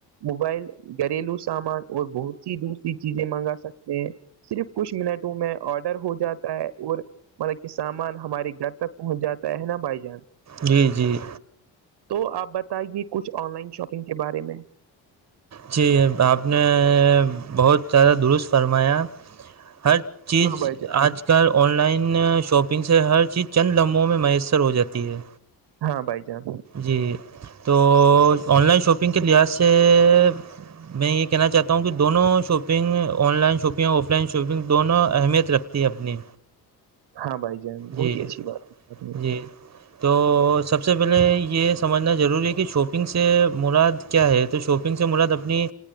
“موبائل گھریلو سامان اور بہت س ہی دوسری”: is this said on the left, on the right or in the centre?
Right